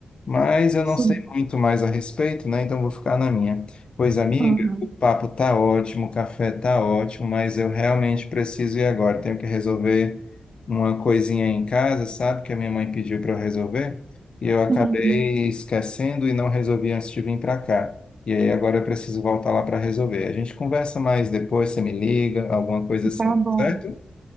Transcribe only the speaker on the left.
Mas eu
não sei muito mais a respeito, né? Então vou ficar na minha. Pois, amiga,
o papo tá ótimo, o café tá ótimo, mas eu realmente preciso ir agora. Tenho que resolver uma coisinha em casa, sabe? Que a minha mãe pediu para eu resolver. E eu acabei
esquecendo e não resolvi antes de vir para cá. E aí agora eu preciso voltar lá para resolver. A gente conversa mais depois, você me liga, alguma coisa assim,
certo?